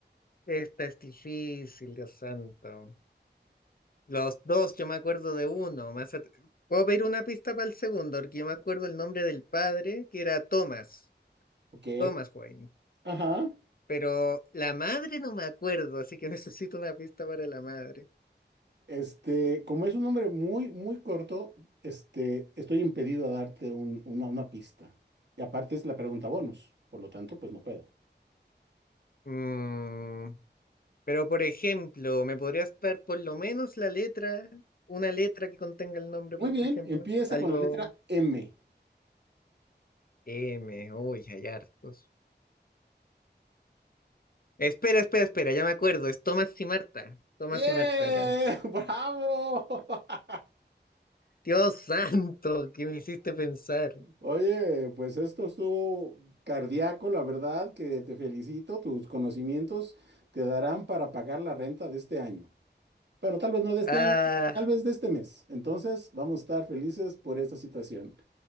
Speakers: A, on the left; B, on the right.
A: Esta es difícil, Dios santo. Los dos, yo me acuerdo de uno. Más at- Puedo pedir una pista para el segundo, porque yo me acuerdo el nombre del padre, que era Thomas,
B: Ok,
A: Thomas Wayne.
B: ajá.
A: Pero la madre no me acuerdo, así que <laughs> necesito una pista para la madre.
B: Este, como es un nombre muy, muy corto, este, estoy impedido a darte un- una, una pista. Y aparte es la pregunta bonus, por lo tanto, pues no puedo.
A: Mm, pero por ejemplo, ¿me podrías dar por lo menos la letra, una letra que contenga el nombre,
B: Muy
A: por
B: bien,
A: ejemplo?
B: empieza
A: Algo
B: con la letra M.
A: M, uy, hay hartos. Espera, espera, espera, ya me acuerdo, es Thomas y Marta. Thomas
B: ¡Bien!
A: y Marta eran.
B: <laughs> ¡Bravo! <laughs>
A: Dios santo, que me hiciste pensar.
B: Oye, pues esto estuvo cardíaco, la verdad, que te felicito. Tus conocimientos te darán para pagar la renta de este año. Bueno, tal vez no de este
A: Ah,
B: año, tal vez de este mes. Entonces, vamos a estar felices por esta situación.